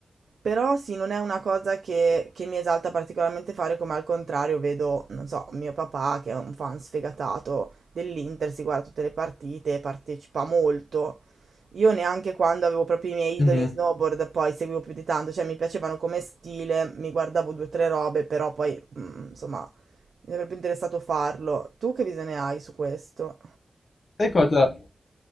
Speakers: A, on the right; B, on the left.
A: Però sì, non è una cosa che, che mi esalta particolarmente fare, come al contrario vedo, non so, mio papà, che è un fan sfegatato dell'Inter, si guarda tutte le partite, partecipa molto. Io neanche quando avevo proprio i miei idoli
B: Mhm.
A: in snowboard poi seguivo più di tanto, cioè mi piacevano come stile, mi guardavo due o tre robe, però poi, mm, insomma, mi sarebbe interessato farlo. Tu che visione hai su questo?
B: Sai cosa?